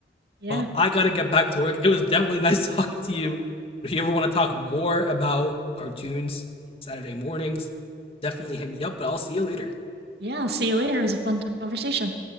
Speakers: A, on the right; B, on the left.
A: Yeah.
B: But I gotta get back to work. It was definitely <laughs> nice talking to you. If you ever want to talk more about cartoons and Saturday mornings, definitely hit me up. But I'll see you later.
A: Yeah. I'll see you later. It was a fun t- conversation.